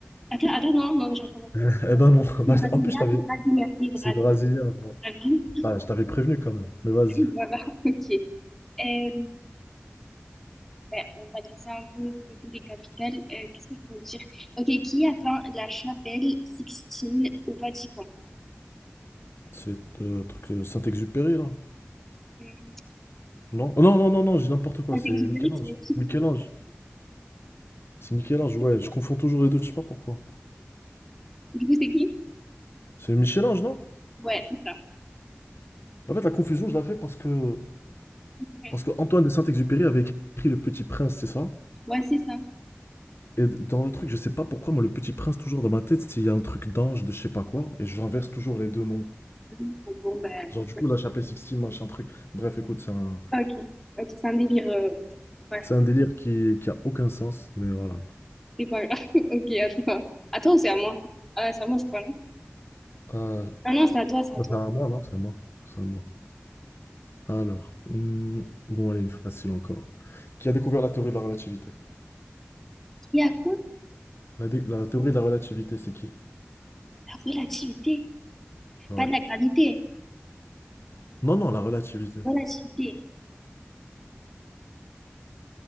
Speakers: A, in the centre; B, on the left.
A: Attends, attends, non, non, j'en connais
B: <laughs>
A: pas.
B: Eh ben non, <laughs>
A: C'est
B: bah,
A: brésilien,
B: je- en plus je t'avais...
A: c'est brésilien, c'est brésilien.
B: C'est brésilien. bon.
A: Ah oui?
B: Putain, Je t'avais prévenu quand même, mais vas-y.
A: <laughs> Voilà, ok. Euh, Ben, on va laisser un peu de côté les capitales. Euh, qu'est-ce qu'on peut dire? Ok, qui a peint la chapelle Sixtine au Vatican?
B: C'est euh, truc euh, Saint-Exupéry là?
A: Hum,
B: Non? Oh, non, non, non, non, j'ai n'importe quoi,
A: La Vatican,
B: c'est Michel-Ange.
A: c'est le titre.
B: Michel-Ange. C'est Michel-Ange, ouais, je confonds toujours les deux, je sais pas pourquoi.
A: Du coup, c'est qui?
B: C'est Michel-Ange, non?
A: Ouais, c'est ça.
B: En fait la confusion je la fais parce que...
A: Ouais,
B: Parce que Antoine de Saint-Exupéry avait écrit Le Petit Prince, c'est ça?
A: Ouais, c'est ça.
B: Et dans le truc, je sais pas pourquoi, moi, Le Petit Prince, toujours dans ma tête, s'il y a un truc d'ange, de je sais pas quoi, et j'inverse toujours les deux noms.
A: Mhm. Bon, ben,
B: Genre, du coup, la chapelle Sixtine, machin truc. Bref, écoute, c'est un,
A: Ok. Ok, c'est un délire. euh, Ouais,
B: c'est un délire qui, qui a aucun sens, mais voilà.
A: c'est pas grave. <laughs> Ok, à toi. À toi ou c'est à moi? Ah, c'est à moi, je crois, non?
B: quoi. Euh,
A: Ah non, c'est à toi, c'est
B: bah,
A: à toi.
B: c'est à moi, non? C'est à moi. C'est à moi. Alors, hmm, bon, allez, une facile encore. Qui a découvert la théorie de la relativité?
A: il y a quoi?
B: La, dé- la théorie de la relativité, c'est qui?
A: La relativité.
B: Ouais.
A: Pas de la gravité.
B: Non, non, la relativité.
A: Relativité.